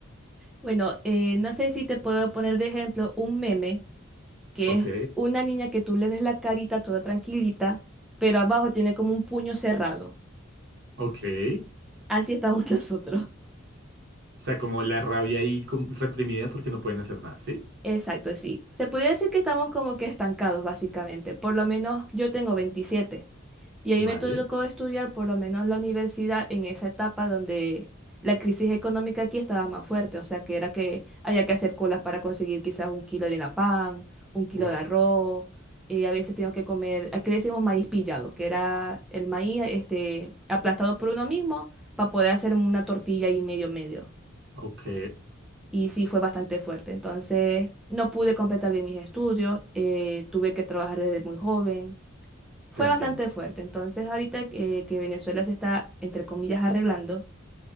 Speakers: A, in the centre; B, on the right (about 55°).
A: Bueno, eh, no sé si te puedo poner de ejemplo un meme que
B: Ok.
A: es una niña que tú le ves la carita toda tranquilita, pero abajo tiene como un puño cerrado.
B: Ok. O
A: Así estamos <laughs> nosotros.
B: sea, como la rabia ahí com- reprimida porque no pueden hacer nada, ¿sí?
A: Exacto, sí. Se podría decir que estamos como que estancados, básicamente. Por lo menos yo tengo 27 y ahí
B: Vale.
A: me tocó estudiar por lo menos la universidad en esa etapa donde la crisis económica aquí estaba más fuerte, o sea que era que había que hacer colas para conseguir quizás un kilo de harina pan, un kilo
B: Uf.
A: de arroz, eh, a veces teníamos que comer, aquí le decimos maíz pillado, que era el maíz este, aplastado por uno mismo para poder hacer una tortilla y medio medio
B: Ok.
A: y sí fue bastante fuerte. Entonces, no pude completar bien mis estudios, eh, tuve que trabajar desde muy joven. Fue
B: Te entiendo.
A: bastante fuerte. Entonces, ahorita eh, que Venezuela se está, entre comillas, arreglando,